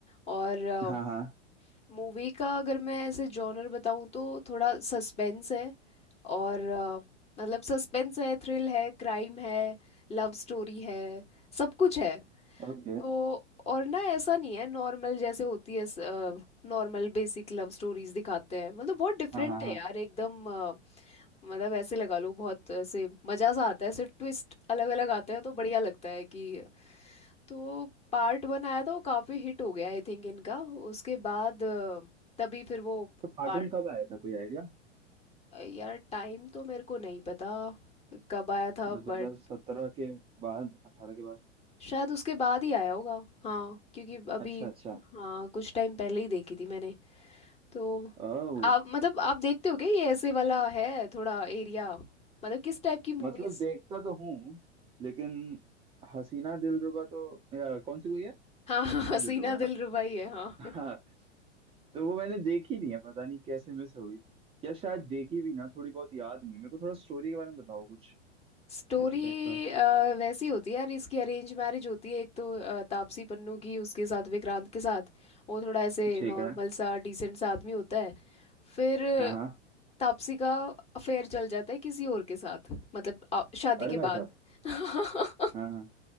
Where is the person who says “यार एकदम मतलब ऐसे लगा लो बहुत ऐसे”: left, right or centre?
Left